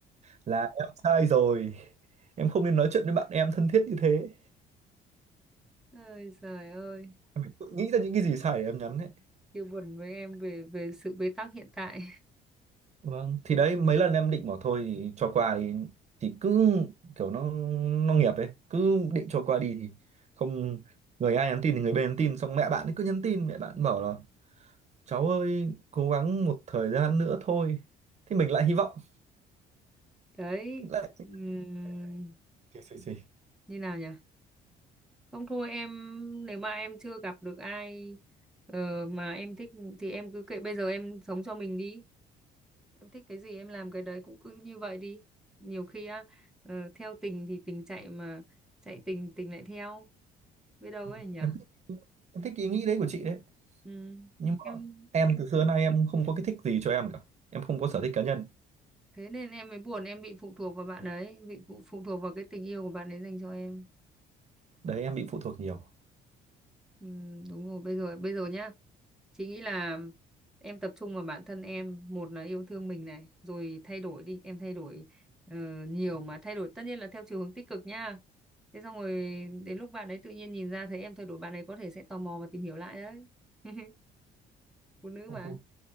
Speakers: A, on the right (about 40°); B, in the centre.
A: là em sai rồi em không nên nói chuyện với bạn em thân thiết như thế
B: ơi trời ơi
A: em phải tự nghĩ ra những cái gì sai để em nhắn ấy
B: kêu buồn với em về về sự bế tắc hiện tại
A: Vâng, thì đấy mấy lần em định bảo thôi thì cho qua thì thì cứ kiểu nó nó nghiệp ấy, cứ định cho qua đi thì không người A nhắn tin thì người B nhắn tin xong mẹ bạn ấy cứ nhắn tin mẹ bạn bảo là cháu ơi cố gắng một thời gian nữa thôi. Thì mình lại hy vọng
B: <laughs> đấy
A: lại
B: ừm,
A: xì, xì, xì.
B: như nào nhỉ không thôi em nếu mà em chưa gặp được ai ờ, mà em thích thì em cứ kệ bây giờ em sống cho mình đi em thích cái gì em làm cái đấy cũng cứ như vậy đi nhiều khi á ờ, theo tình thì tình chạy mà chạy tình tình lại theo biết đâu
A: Ừ,
B: ấy nhở
A: em thích, em thích ý nghĩ đấy của chị đấy,
B: ừ.
A: nhưng mà
B: em
A: em từ xưa nay em không có cái thích gì cho em cả. Em không có sở thích cá nhân.
B: thế nên em mới buồn em bị phụ thuộc vào bạn ấy bị phụ phụ thuộc vào cái tình yêu của bạn ấy dành cho em
A: Đấy em bị phụ thuộc nhiều.
B: Ừ, đúng rồi bây giờ bây giờ nhá chị nghĩ là em tập trung vào bản thân em một là yêu thương mình này rồi thay đổi đi em thay đổi ờ, nhiều mà thay đổi tất nhiên là theo chiều hướng tích cực nha thế xong rồi đến lúc bạn ấy tự nhiên nhìn ra thấy em thay đổi bạn ấy có thể sẽ tò mò và tìm hiểu lại đấy <laughs> phụ nữ
A: Ok.
B: mà